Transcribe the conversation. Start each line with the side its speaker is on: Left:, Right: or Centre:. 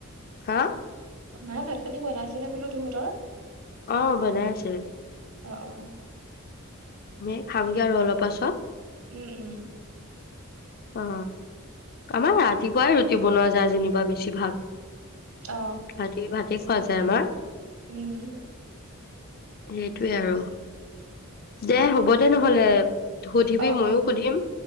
Left: হা।
Right: মা ভাত পানী বনাইছেনে বোলো তহঁতৰ।
Left: অ বনাইছে।
Right: অ, অ।
Left: এ খামগে আৰু অলপ পাছত।
Right: উম, উম।
Left: অ আমাৰ ৰাতিপুৱাই ৰুটি বনোৱা যায় যেনিবা বেছিভাগ।
Right: অ
Left: ভাতে ভাতে। খোৱা যায় আমাৰ।
Right: উম।
Left: সেইটোৱে আৰু দে হ'ব দে নহলে। সুধিবি
Right: অ
Left: ময়ো
Right: অ
Left: সুধিম।